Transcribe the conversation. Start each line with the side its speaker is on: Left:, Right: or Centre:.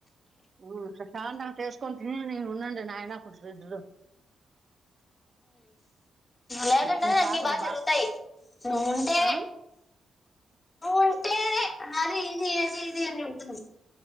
Right: ఆ ప్రశాంతంగా చేస్కొ తీ ఉన్నండడి నా ఎలా కుటురుద్రు
Left: లేగంటేనే
Right: మీ
Left: అన్నిీ
Right: తాతకు
Left: బాగా
Right: బా
Left: జరుగుతాయి నువ్వు ఉంటే
Right: ఆ?
Left: ఉంటేదే నే అది ఇది అది ఇది అని ఉంటుంది